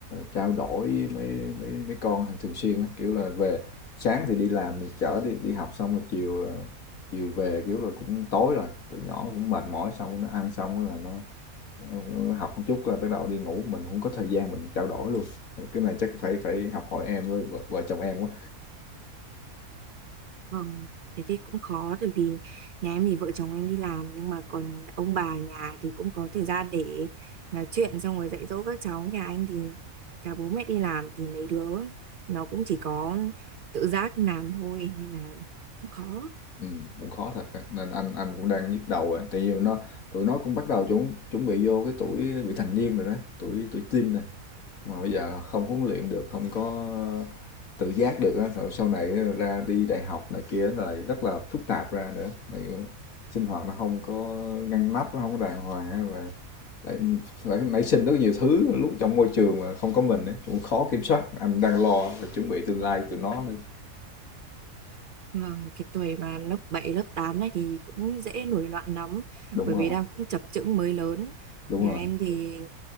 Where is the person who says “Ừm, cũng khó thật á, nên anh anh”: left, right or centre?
Left